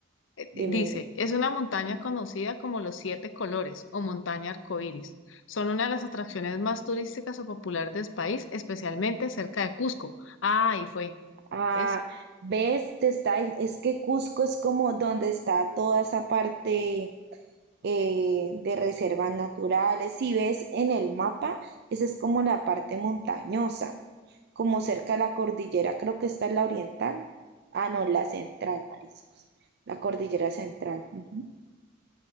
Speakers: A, on the left; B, on the right.
A: eh,
B: dime,
A: eh, Dice,
B: dime.
A: es una montaña conocida como los Siete Colores o montaña arcoíris. Son una de las atracciones más turísticas o populares del país, especialmente cerca de Cusco. Ah, ahí fue,
B: Ah,
A: ¿ves?
B: ves, te está, es que Cusco es como donde está toda esa parte eh, de reservas naturales. Si ves en el mapa, esa es como la parte montañosa, como cerca de la cordillera, creo que está la oriental. Ah, no, la central, mariscos, la cordillera central. ujú.